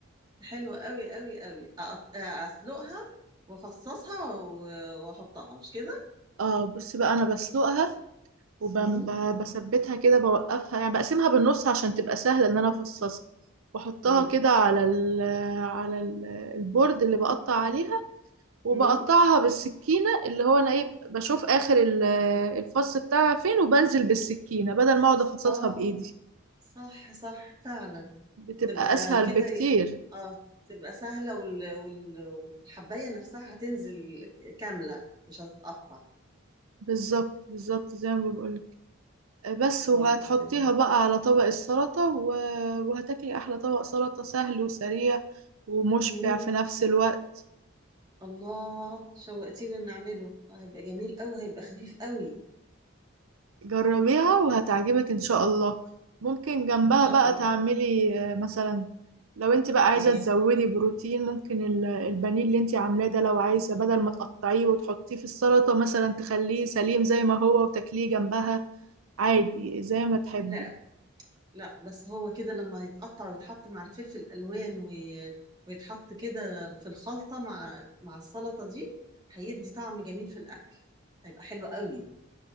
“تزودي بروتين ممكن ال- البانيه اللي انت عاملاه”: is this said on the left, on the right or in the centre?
Right